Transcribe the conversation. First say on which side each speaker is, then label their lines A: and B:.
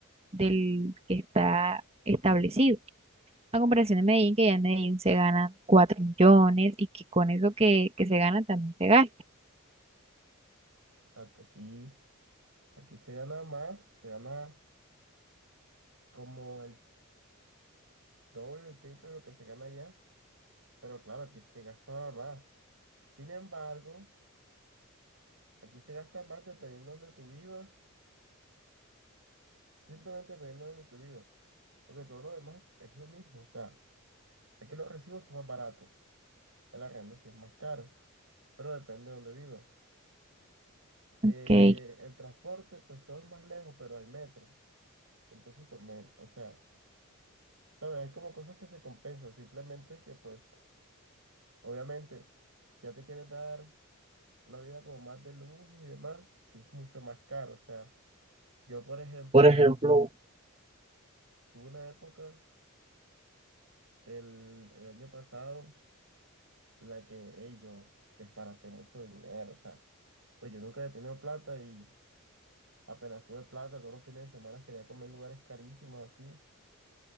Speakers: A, on the right (about 30°); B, on the right (about 65°).
A: del que está establecido. A comparación de Medellín, que ya en Medellín se ganan 4 millones y que con eso que, que se gana también se gasta.
B: Exacto, aquí, aquí se gana más, se gana como el doble, el triple de lo que se gana allá, pero claro, aquí se gastaba más. Sin embargo, aquí se gasta más dependiendo de donde tú vivas, simplemente dependiendo de donde tú vivas, porque todo lo demás es lo mismo, o sea, aquí los recibos son más baratos, el arrendo sí es más caro, pero depende de donde vivas. Eh,
A: Ok,
B: el transporte, pues todo es más lejos, pero hay metro. Entonces también, o sea, ¿sabes? Hay como cosas que se compensan. Simplemente que, pues, obviamente, si ya te quieres dar una vida como más de lujo y demás, sí es mucho más caro. O sea, yo, por ejemplo,
A: Por ejemplo,
B: tuve una época el, el año pasado en la que, hey, yo disparaté mucho dinero. O sea, pues yo nunca he tenido plata y apenas tuve plata, todos los fines de semana quería comer en lugares carísimos así.